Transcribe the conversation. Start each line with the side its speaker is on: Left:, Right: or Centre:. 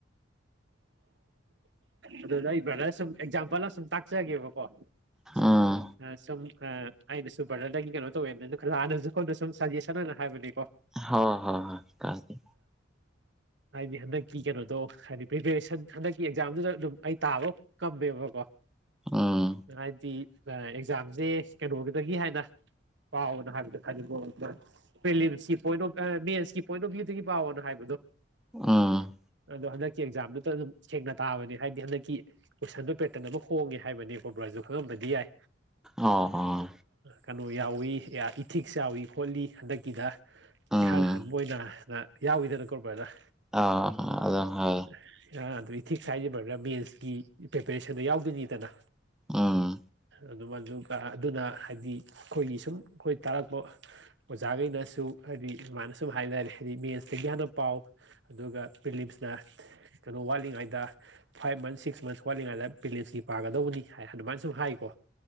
Right: ꯑꯗꯨꯗ ꯑꯩ ꯕ꯭ꯔꯗꯔ ꯁꯨꯝ ꯑꯦꯛꯖꯥꯝꯄꯜ ꯑꯃ ꯁꯨꯝ ꯇꯥꯛꯆꯒꯦꯕꯀꯣ꯫ ꯑꯥ
Centre: ꯎꯝ
Right: ꯁꯨꯝ ꯑꯥ꯫ ꯑꯩꯩꯅꯁꯨ ꯕ꯭ꯔꯗꯔꯗꯒꯤ ꯀꯩꯅꯣ ꯇꯧꯋꯦꯅ ꯑꯗꯨ ꯂꯥꯟꯅꯁꯨ ꯑꯩꯈꯣꯟꯗ ꯁꯨꯝ ꯁꯖꯦꯁꯟ ꯑꯣꯏꯅ ꯍꯥꯏꯕꯅꯦ꯫
Centre: ꯍꯣ ꯍꯣꯏ ꯍꯣꯏ ꯀꯥꯏꯗꯦ꯫
Right: ꯍꯥꯏꯗꯤ ꯍꯟꯗꯛ ꯀꯤ ꯀꯩꯅꯣꯗꯣ ꯍꯥꯏꯗꯤ꯫ ꯄ꯭ꯔꯤꯄꯦꯔꯦꯁꯟ ꯍꯟꯗꯛꯀꯤ ꯑꯦꯛꯖꯥꯝꯒꯤꯗꯨ ꯑꯗꯨꯝ ꯑꯩ ꯇꯥꯕ ꯀꯝꯃꯦꯕꯀꯣ꯫
Centre: ꯎꯝ
Right: ꯍꯥꯏꯗꯤ꯫ ꯑꯦꯛꯖꯥꯝꯁꯦ ꯀꯩꯅꯣꯒꯤꯗꯒꯤ ꯍꯥꯏꯅ ꯄꯥꯎꯅ ꯍꯥꯏꯕꯗꯣ <unintelligible> ꯄ‍꯭ꯔꯤꯂꯤꯝꯁꯀꯤ ꯄꯣꯏꯟ ꯑꯣꯐ ꯑ ꯃꯦꯟꯁꯀꯤ ꯄꯣꯏꯟ ꯑꯣꯐ ꯚ꯭ꯌꯨꯗꯒꯤ ꯄꯥꯎꯅ ꯍꯥꯏꯕꯗꯣ꯫
Centre: ꯎꯝ꯫
Right: ꯑꯗꯨ ꯍꯟꯗꯛ꯫ ꯑꯦꯛꯖꯥꯝꯗꯨꯗ ꯑꯗꯨꯝ ꯁꯦꯡꯅ ꯇꯥꯕꯅꯦ ꯍꯥꯏꯗꯤ ꯍꯟꯗꯛꯀꯤ ꯀꯣꯏꯁꯟꯗꯣ ꯄꯦꯇꯔꯟ ꯑꯃ ꯍꯣꯡꯉꯦ ꯍꯥꯏꯕꯅꯦꯀꯣ ꯕ꯭ꯔꯁꯨ ꯈꯪꯉꯝꯕꯗꯤ ꯌꯥꯏ꯫
Centre: ꯑꯣ ꯑꯥ꯫
Right: ꯀꯩꯅꯣ ꯌꯥꯎꯏ ꯑꯦ ꯌꯥ ꯏꯊꯤꯛꯁ ꯌꯥꯎꯏ ꯈꯣꯠꯂꯤ ꯍꯟꯗꯛꯀꯤꯗ꯫
Centre: ꯎꯝ
Right: ꯏꯍꯥꯟ ꯍꯥꯟꯕ ꯑꯣꯏꯅ꯫ ꯅ ꯌꯥꯎꯋꯤꯗꯅꯀꫭ ꯕ꯭ꯔꯗꯔ
Centre: ꯑ ꯑ ꯍ
Right: ꯑ ꯑꯗꯨ ꯏꯊꯤꯛꯁ ꯍꯥꯏꯖꯕꯅ ꯃꯦꯟꯁꯀꯤ ꯄ꯭ꯔꯤꯄꯦꯔꯦꯁꯟꯗꯣ ꯌꯥꯎꯗꯣꯏꯅꯤꯗꯅ
Centre: ꯑꯥ
Right: ꯑꯗꯨ ꯑꯗꯨꯒ ꯑꯗꯨꯅ ꯍꯥꯏꯗꯤ ꯑꯩꯈꯣꯏꯒꯤ ꯁꯨꯝ ꯑꯩꯈꯣꯏ ꯇꯥꯔꯛꯄ ꯑꯣꯖꯥꯈꯩꯅꯁꯨ ꯍꯥꯏꯗꯤ ꯁꯨꯃꯥꯏꯅ ꯁꯨꯝ ꯍꯥꯏꯇꯥꯔꯦ ꯍꯥꯏꯗꯤ ꯃꯦꯟꯁꯇꯒꯤ ꯍꯥꯟꯅ ꯄꯥꯎ ꯑꯗꯨꯒ ꯄꯤꯂꯤꯝꯁꯅ ꯀꯩꯅꯣ ꯋꯥꯠꯂꯤꯉꯩꯗ ꯐꯥꯏꯚ ꯃꯟꯁ ꯁꯤꯛꯁ ꯃꯟꯁ ꯋꯥꯠꯂꯤꯉꯩꯗ ꯄꯦꯂꯦꯟꯁꯀꯤ ꯄꯥꯒꯗꯧꯕꯅꯤ ꯑꯗꯨꯃꯥꯏꯅ ꯁꯨꯝ ꯍꯥꯏꯀꯣ